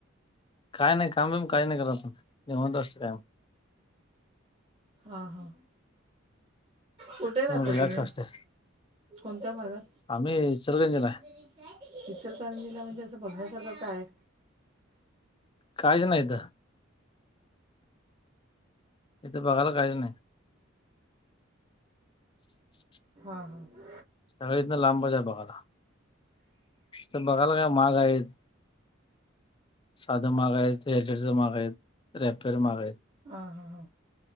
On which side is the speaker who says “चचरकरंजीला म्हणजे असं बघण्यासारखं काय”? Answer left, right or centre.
Right